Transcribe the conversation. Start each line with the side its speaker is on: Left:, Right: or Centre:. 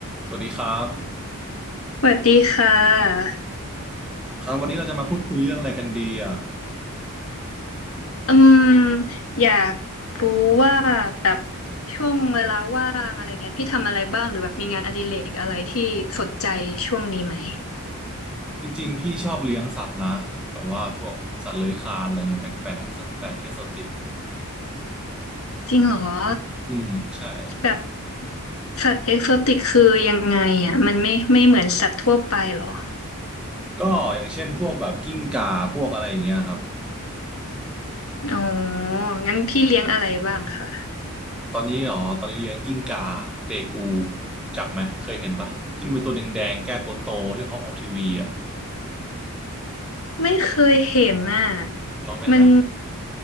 Centre: สวัสดีครับ
Left: สวัสดีค่ะ
Centre: ครับวันนี้เราจะมาพูดคุยเรื่องอะไรกันดีอ่ะ
Left: อืมอยากรู้ว่าแบบช่วงเวลาว่างอะไรเงี้ยพี่ทำอะไรบ้างหรือแบบมีงานอดิเรกอะไรที่สนใจช่วงนี้ไหม
Centre: จริงๆพี่ชอบเลี้ยงสัตว์นะแบบว่าพวกสัตว์เลื้อยคลานอะไรเงี้ยแปลกๆสัตว์แปลกเอโซติก
Left: จริงเหรอ
Centre: อืมใช่
Left: แบบสัตว์เอกโซติกคือยังไงอ่ะมันไม่ไม่เหมือนสัตว์ทั่วไปเหรอ
Centre: ก็อย่างเช่นพวกแบบกิ้งก่าพวกอะไรอย่างเงี้ยครับ
Left: อ๋องั้นพี่เลี้ยงอะไรบ้างคะ
Centre: ตอนนี้อ๋อตอนนี้เลี้ยงกิ้งก่าเตกูรู้จักไหมเคยเห็นปะที่มันเป็นตัวแดงๆแก้มโตๆที่เขาออกทีวีอ่ะ
Left: ไม่เคยเห็นน่ะ
Centre: ลองไปหา
Left: มัน